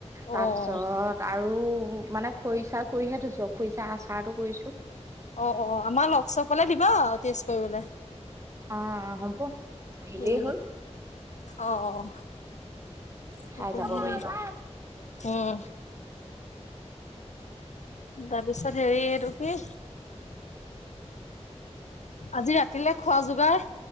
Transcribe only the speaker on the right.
তাৰপিছত
আৰু মানে খৰিচা কৰিহে থৈছো, খৰিচা আচাৰটো কৰিছো
অ', হব আহিলেই
হ'ল
খাই যাব পাৰিবা